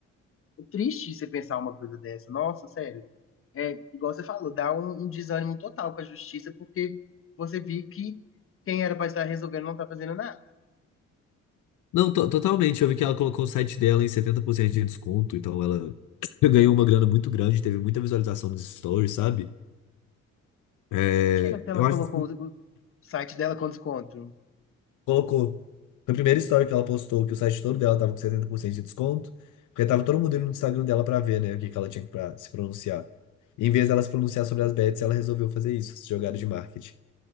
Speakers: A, on the left; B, on the left.
A: É triste você pensar uma coisa dessa. Nossa, sério. É, igual você falou, dá um, um desânimo total com a justiça, porque você vê que quem era para estar resolvendo não tá fazendo nada.
B: Não, to- totalmente. Eu vi que ela colocou o site dela em 70% de desconto, então ela <laughs> <tsk> ganhou uma grana muito grande, teve muita visualização nos stories, sabe? É,
A: Mentira que ela
B: eu acho
A: colocou
B: que
A: o, o site dela com desconto.
B: colocou. Foi a primeira story que ela postou que o site todo dela tava com 70% de desconto, porque tava todo mundo indo no Instagram dela pra ver, né, o que que ela tinha pra se pronunciar. E em vez dela se pronunciar sobre as bets, ela resolveu fazer isso, essa jogada de marketing.